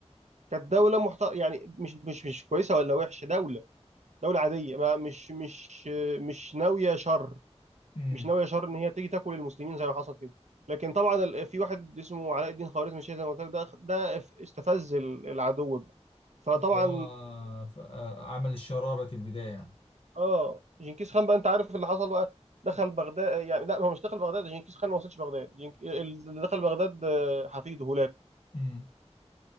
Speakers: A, on the right; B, on the left.
A: كانت دوله محت... يعني مش مش مش كويسه ولا وحشه دوله دوله عاديه ما مش مش مش ناويه شر
B: امم
A: مش ناويه شر ان هي تيجي تاكل المسلمين زي ما حصل كده لكن طبعا ال- في واحد اسمه علاء الدين خوارزمي الشيخ زي ما قلت لك ده ده استفز ال- العدو بقى فطبعا
B: هو ف- آه، عمل الشرارة البداية يعني
A: اه جنكيز خان بقى انت عارف اللي حصل بقى دخل بغداد يعني لا هو مش دخل بغداد جنكيز خان ما وصلش بغداد جنك... اللي دخل بغداد آه، حفيده هولاكو
B: امم